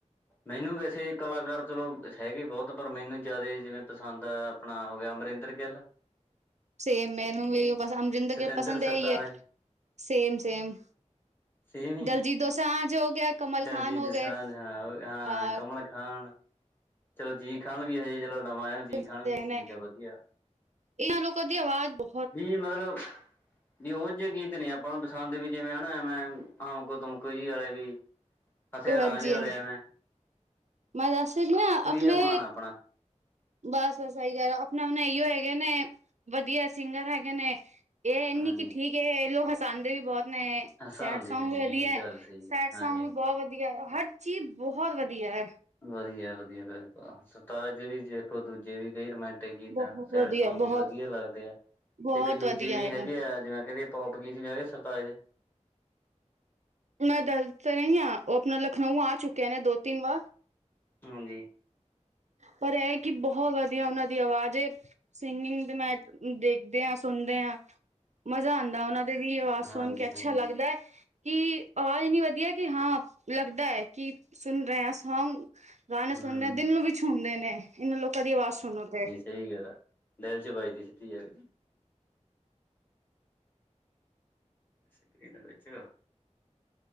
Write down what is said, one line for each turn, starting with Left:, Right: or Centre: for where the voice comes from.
Left: ਮੈਨੂੰ ਵੈਸੇ ਕਲਾਕਾਰ ਚਲੋ ਹੈਗੇ ਬੋਤ, ਪਰ ਮੈਨੂੰ ਜਾਦਾ ਈ ਜਿਵੇਂ ਪਸੰਦ ਐ ਅਪਣਾ ਹੋ ਗੇਆ ਅਮਰਿੰਦਰ ਗਿੱਲ
Right: ਸੇਮ ਮੈਨੂੰ ਵੀ ਅਈਓ ਪਸਂਦ, ਅਮਰਿੰਦਰ
Left: ਸਤਿੰਦਰ
Right: ਗਿਲ ਪਸੰਦ ਏ
Left: ਸਰਤਾਜ,
Right: ਈ ਏ, ਸੇਮ-ਸੇਮ।
Left: ਸੇਮ
Right: ਦਲਜੀਤ ਦੋਸਾਂਜ ਹੋ ਗੇਆ, ਕਮਲ
Left: ਦਲਜੀਤ
Right: ਖ਼ਾਨ ਹੋ
Left: ਦੋਸਾਂਝ
Right: ਗਏ ਅ
Left: ਹਾਂ, ਹਾਂ
Right: ਹ
Left: ਕਮਲ
Right: <inaudible>
Left: ਖਾਨ ਚਲੋ ਜੀ ਖਾਣ ਵੀ ਹਜੇ ਚਲੋ ਨਵਾਂ ਆ। ਜੀ
Right: <unintelligible>
Left: ਖਾਨ ਵੀ ਠੀਕ ਵਧੀਆ
Right: ਇਨਾਂ ਲੋਕਾਂ ਦੀ ਆਵਾਜ ਬੋ
Left: ਵੀ ਮਤਲਬ ਵੀ ਓ ਜੇ ਗੀਤ ਨੀ ਆਪਾਂ ਨੁ ਪਸੰਦ, ਵੀ ਜਿਵੇਂ ਹਨਾ ਐਵੇਂ ਆਮਕੋ ਤੁਮਕੋ ਜੀ ਅਲੇ ਵੀ। ਅਸੀ
Right: ਹਾਂਜੀ
Left: ਰਾਂਝ ਆਲੇ
Right: ਹਾਂਜੀ
Left: ਆ ਮੈਂ
Right: ਮੈਂ ਦਾੱਸ ਤੇ ਰੀ ਆਂ ਅਪਨੇ
Left: ਆ ਮਾਨ ਆਪਣਾ
Right: ਬਾੱਸ-ਬਾੱਸ ਸਈ ਕੈ ਰੇ, ਆਪਨੇ ਹੂਨ ਅਈਓ ਹੈਗੇ ਨੇ। ਵਦੀਆ ਸਿੰਗਰ ਹੈਗੇ ਨੇ, ਏ ਏਨੀ
Left: ਹਾਂਜੀ
Right: ਕਿ ਠੀਕ ਏ, ਏ ਲੋਕ ਹਸਾਂਦੇ ਵੀ ਬੋਤ ਨੇ।
Left: ਹਸਾਂਦੀ
Right: ਸੈਡ ਸੌਂਗ ਵੀ ਵਦੀਐ,
Left: ਗੱਲ ਸਹੀ
Right: ਸੈਡ
Left: ਹਾਂਜੀ।
Right: ਸੌਂਗ ਵੀ ਬੋਤ ਵਦੀਐ, ਹਰ ਚੀਜ ਬੋਹਤ ਵਦੀਐ।
Left: ਵਦੀਐ-ਵਦੀਐ, ਬਿਲਕੁਲ ਸਰਤਾਜ ਦੇ ਵੀ ਦੇਖੋ, ਦੂਜੇ ਵੀ ਕਂਈ ਰੋਮੈਂਟਿਕ ਗੀ ਗੀਤ
Right: ਬਹੁਤ
Left: ਆ, ਸੈਡ
Right: ਵਧੀਆ
Left: ਸੌਂਗ ਵੀ
Right: ਬਹੁਤ
Left: ਵਦੀਆ ਲੱਗਦੇ ਆ,
Right: ਬਹੁਤ
Left: ਤੇ ਕਈ ਦੂਜੇ
Right: ਵਧੀਆ
Left: ਵੀ
Right: ਹੈਗਾ
Left: ਹੈਗੇ ਆ ਜਿਵੇਂ ਕੈਂਦੇ ਪੋਪ ਗੀ ਜਿਂਵੇ ਏ ਸਰਤਾਜ ਦੇ
Right: ਮੈਂ ਦੱਸ ਤਾਂ ਰਈ ਆਂ, ਓ ਅਪਨਾ ਲਖਨਊ ਆ ਚੁੱਕੇ ਨੇ ਦੋ-ਤਿੰਨ ਵਾਰ।
Left: ਹਾਂਜੀ।
Right: ਪਰ ਐ ਹੈ ਕਿ ਬੋਹਤ ਵਦੀਆ ਓਨਾਂ ਦੀ ਅਵਾਜ ਏ। ਸਿੰਗਿੰਗ ਤੇ ਮੈਟ ਦੇਖਦੇ ਆਂ, ਸੁਨਦੇ ਆਂ, ਮਜ਼ਾ ਆਦੈ ਉਨਾਂ ਦਾ ਦੇ ਵੀ ਅਵਾਜ ਸੁਨ
Left: ਹਾਂਜੀ
Right: ਕੇ ਅੱਛਾ
Left: ਹਾਂਜੀ
Right: ਲੱਗਦੈ। ਕਿ ਅਵਾਜ ਇੰਨੀ ਵਦੀਐ, ਕਿ ਹਾਂ ਲੱਗਦੈ ਕਿ ਸੁਨ ਰੇ ਆਂ ਸੌਂਗ। ਗਾਨੇ ਸੁਨਨੇ
Left: ਹਮ
Right: ਆਂ, ਦਿਲ ਨੂੰ ਵੀ ਛੂਦੇਂ ਨੇ, ਇਨਾਂ ਲੋਕਾਂ ਦੀ ਅਵਾਜ਼ ਸੁਨੋ ਤੇ।
Left: ਠੀਕ ਏ ਨਾ। <unintelligible> ਦੀ ਸਿੱਦੀ ਆਕੇ। ਸੱਕਰੀਨ ਵਿੱਚੋ